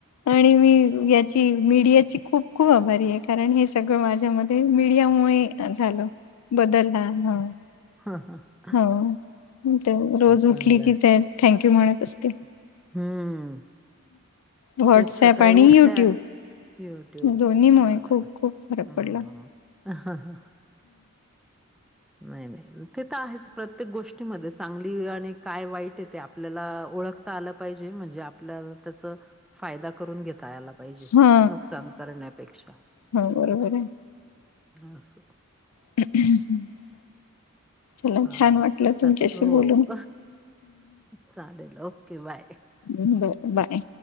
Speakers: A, on the left (about 80°); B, in the centre.
A: आणि मी या मीडिया ची खूप खूप आभारी आहे, कारण हे सगळं माझ्या मध्ये मीडिया मूळे झाल बदल हा ह.
B: ह ह.
A: हो, ते रोज उठली
B: चांगलं
A: की ते थँंक्यू म्हणत असते.
B: हम्म.
A: व्हॉट्सअप
B: तेच सकाळी
A: आणि
B: उठल्या
A: युट्यूब
B: युट्युब
A: दोन्ही मुळे
B: बाराला
A: खूप खूप फरक
B: ह
A: पडला
B: हा हा. नाही नाही ते तर आहेच प्रत्येक गोष्टीमध्ये चांगली आणि काय वाईटय ते आपल्याला ओळख ता आलं पाहिजे म्हणजे आपल्याला त्याचा फाय दा करून घेता याला पाहिजे
A: हा
B: नुकसान करण्यापेक्षा
A: हा बरोबर आहे
B: अस.
A: <unintelligible> चला
B: चालेल,
A: छान वाटलं
B: चला
A: तुमच्याशी
B: हो.
A: बोलून
B: चालेल, ओके. बाय.
A: हो, बाय.